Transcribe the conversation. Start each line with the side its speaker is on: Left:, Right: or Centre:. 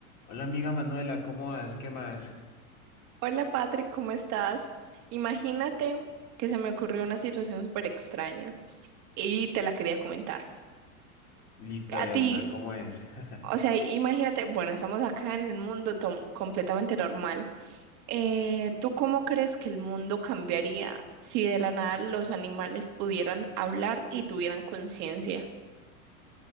Left: Hola amiga Manuela, ¿cómo vas? ¿Qué más?
Right: Hola Patrick, ¿cómo estás? Imagínate que se me ocurrió una situación súper extraña y te la quería comentar.
Left: Listo
Right: A
Left: de
Right: ti,
Left: una, ¿cómo es? <laughs>
Right: o sea, imagínate, bueno, estamos acá en el mundo tom- completamente normal. Eh, ¿tú cómo crees que el mundo cambiaría si de la nada los animales pudieran hablar y tuvieran conciencia?